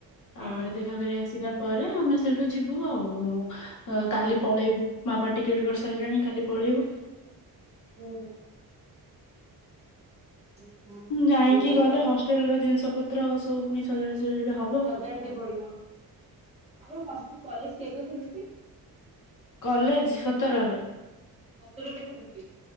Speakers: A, on the left; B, on the right.
A: ତାପରେ
B: ହଁ।
A: ଦେଖ ତାପରେ ଆସିଲା ପରେ ଆମେ ସେଇଠୁ ଯିବୁ ଆଉ
B: ହୁଁ
A: କାଲି ପଳେଇବୁ। ମାପା ଟିକେଟ୍ କରିସାରିଲେଣି କାଲି ପଳେଇବୁ।
B: ହୁଁ ହୁଁ ହୁଁ
A: ଯାଇକି
B: ବୁଲିବା
A: ଗଲେ
B: ଆଉ
A: ହଷ୍ଟେଲ୍ ର ଜିନିଷ ପତ୍ର ସବୁ ପୁଣି ସଜଡା ସଜଡି ହବ।
B: ସଜାଡିତେ ପଡିବ ହଁ ଆମର ହଷ୍ଟେଲ୍ କଲେଜ୍ କେବେ ଖେଲୁଚି?
A: କଲେଜ୍ ସତରରେ।
B: ସତରରେ ଖୋଲୁଚି।